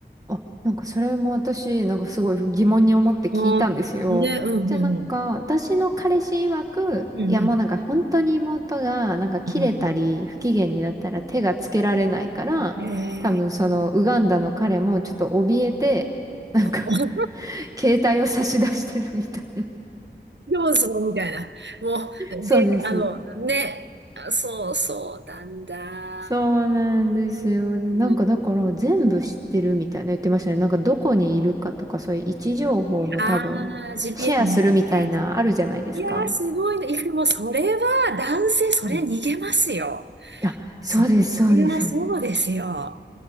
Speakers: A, on the right; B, on the right.
A: あ、なんかそれも私、なんかすごい疑問に思って聞いたんですよ。
B: ああ、ね、うん、
A: じゃあなんか、
B: うん、うん。
A: 私の彼氏曰く、
B: うん、
A: いやもうなんか本当に妹がなんか切れたり不機嫌になったら手がつけられないから、
B: うん。うん。えー、
A: 多分そのウガンダの彼もちょっと怯えて、なんか
B: あ
A: <laughs> 携帯を差し出してるみたい。
B: そうそう、みたいな。もう、
A: そうです。
B: で、あの、ね、あそうそうなんだ。
A: そうなんですよ。でなんかだから全部知ってるみたいな言ってましたね。
B: うん
A: なんかどこにいるかとかそういう位置情報も多分シェアするみたいなあるじゃないですか。
B: ああー、GPS 見たきがすいいやー、すごいな。いや、でもそれは、男性、それ逃げますよ。
A: うんあ、そうです、
B: それはそうですよ。
A: そうです。